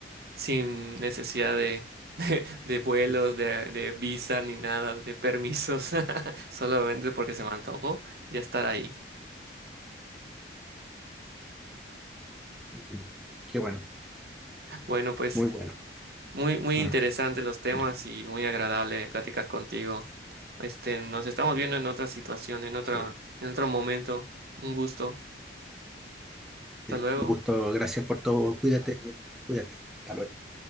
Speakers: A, on the right; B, in the centre.
A: sin necesidad de, <laughs> de, de vuelos,
B: Mm.
A: de, de visa, ni nada, de permisos, <laughs> solamente porque se me antojó ya estar ahí.
B: mm, Qué bueno,
A: Bueno, pues...
B: muy bueno.
A: Muy, muy
B: Mm,
A: interesantes los temas
B: Ya,
A: y muy agradable platicar contigo. Este, nos estamos viendo en otra situación, en otra,
B: sí.
A: en otro momento. Un gusto. Hasta luego.
B: Un gusto, gracias por todo. Cuídate, cuídate. Hasta luego.